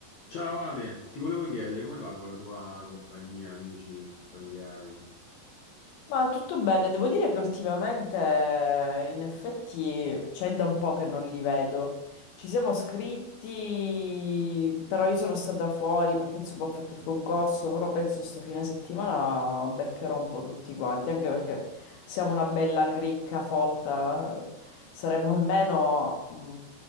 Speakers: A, on the left; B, on the left.
A: Ciao Ale, ti volevo chiedere come va con la tua compagnia, amici, familiari?
B: Ma tutto bene, devo dire che ultimamente eh, in effetti c'è da un po' che non li vedo. Ci siamo scritti, però io sono stata fuori perché insomma ho fatto il concorso, però penso sto fine settimana beccherò un po' tutti quanti, anche perché siamo una bella cricca folta, eh, saremo almeno mh,